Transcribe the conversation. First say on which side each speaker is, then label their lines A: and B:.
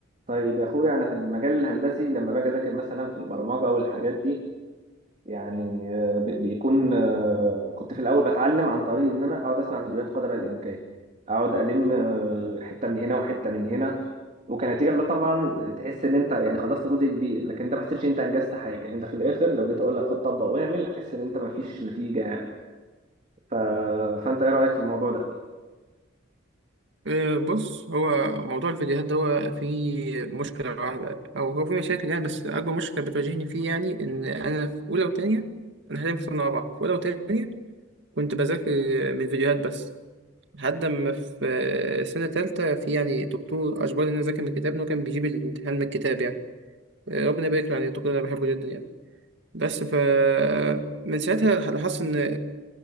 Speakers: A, on the right (about 35°); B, on the right (about 60°).
A: طيب يا اخويا انا في المجال الهندسي لما باجي اذاكر مثلا في البرمجه والحاجات دي يعني آه، بي- بيكون آه، كنت في الاول بتعلم عن طريق ان انا اقعد اسمع فيديوهات قدر الامكان اقعد الم آه، حته من هنا وحته من هنا وكنتيجه لا طبعا تحس ان انت يعني خلصت جزء كبير لكن انت ما حسيتش إن انت انجزت حاجه يعني انت في الاخر لو جيت اقول لك خد طبق واعمل هتحس ان انت ما فيش نتيجه يعني ف... فانت ايه رايك في الموضوع ده؟
B: آه، بص هو موضوع الفيديوهات ده هو فيه مشكلة واحدة أو هو فيه مشاكل يعني بس أكبر مشكلة بتواجهني فيه يعني إن أنا في أولى وتانية أنا حاليا في سنة رابعة في أولى وتانية كنت بذاكر من الفيديوهات بس لحد ما في آه، سنة تالتة في يعني دكتور أجبرني إن أنا أذاكر من الكتاب إن هو كان بيجيب الامتحان من الكتاب يعني آه، ربنا يبارك له يعني الدكتور ده أنا بحبه جدا يعني بس ف من ساعتها لاحظت إن